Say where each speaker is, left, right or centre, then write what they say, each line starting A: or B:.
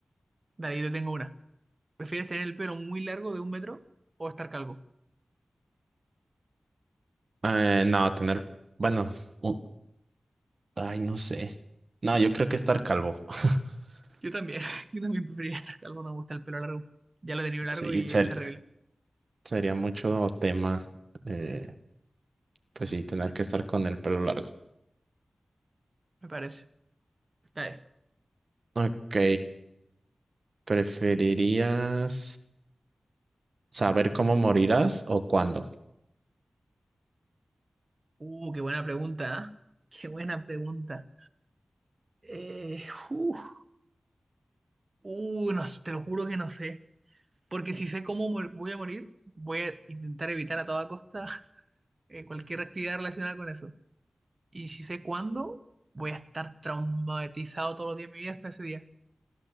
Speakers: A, on the right; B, on the right.
A: Dale, yo te tengo una. ¿Prefieres tener el pelo muy largo de un metro o estar calvo?
B: Eh, no, tener, bueno, un- ay, no sé. No, yo creo que estar calvo. <laughs>
A: Yo también, <laughs> yo también preferiría estar calvo, no me gusta el pelo largo. Ya lo he tenido largo
B: Sí,
A: y
B: ser-
A: es terrible,
B: sería mucho tema. eh, pues sí, tener que estar con el pelo largo.
A: me parece. Está bien.
B: Ok, ¿preferirías saber cómo morirás o cuándo?
A: Uh, qué buena pregunta, ¿ah? Qué buena pregunta. Eh, uh, uh, no, te lo juro que no sé. Porque si sé cómo mu- voy a morir, voy a intentar evitar a toda costa <laughs> eh, cualquier actividad relacionada con eso. Y si sé cuándo, voy a estar traumatizado todos los días de mi vida hasta ese día.